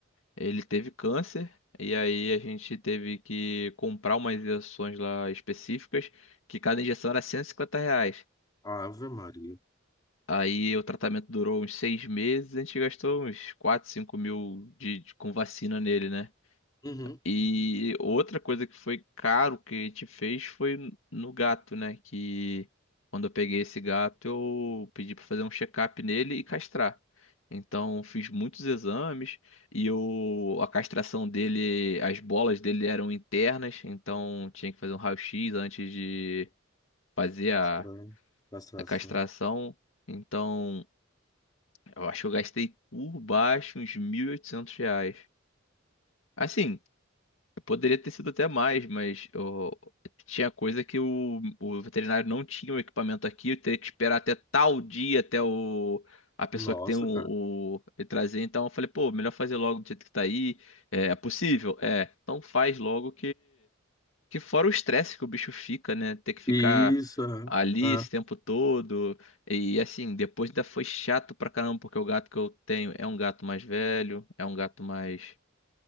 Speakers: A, on the left; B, on the left.
A: Ele teve câncer, e aí a gente teve que comprar umas injeções lá específicas, que cada injeção era 150 reais.
B: Ave Maria.
A: Aí o tratamento durou uns seis meses, a gente gastou uns 4, 5 mil de, de- com vacina nele, né?
B: Uhum.
A: E outra coisa que foi caro que a gente fez foi no gato, né? Que quando eu peguei esse gato, eu pedi pra fazer um check-up nele e castrar. Então fiz muitos exames e o, a castração dele, as bolas dele eram internas, então tinha que fazer um raio-x antes de fazer
B: Castração.
A: a
B: Castração.
A: a castração. Então. Eu acho que eu gastei por baixo uns 1.800 reais. Assim, eu poderia ter sido até mais, mas eu- tinha coisa que o, o veterinário não tinha o equipamento aqui. Eu teria que esperar até tal dia, até o, a pessoa
B: Nossa,
A: que tem o,
B: cara.
A: o ele trazer. Então eu falei, pô, melhor fazer logo do jeito que tá aí. É, é possível? É, então faz logo que fora o estresse que o bicho fica, né? Ter que ficar
B: Isso,
A: ali
B: é. É.
A: esse tempo todo. E assim, depois ainda foi chato pra caramba, porque o gato que eu tenho é um gato mais velho, é um gato mais,